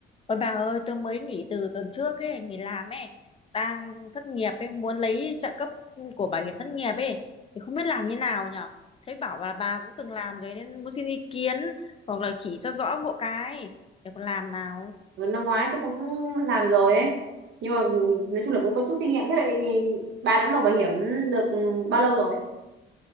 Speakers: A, on the left (about 30°); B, on the right (about 70°).
A: Ôi bà ơi, tôi mới nghỉ từ tuần trước ấy, nghỉ làm ấy, đang thất nghiệp ấy, muốn lấy trợ cấp của bảo hiểm thất nghiệp ấy, thì không biết làm như nào nhở? Thấy bảo bà bà cũng từng làm rồi nên muốn xin ý kiến hoặc là chỉ cho rõ hộ cái để còn làm nào.
B: Ừ, năm ngoái tôi cũng làm rồi ấy nhưng mà nói chung là cũng có chút kinh nghiệm thế vậy thì bà đã nộp bảo hiểm được bao lâu rồi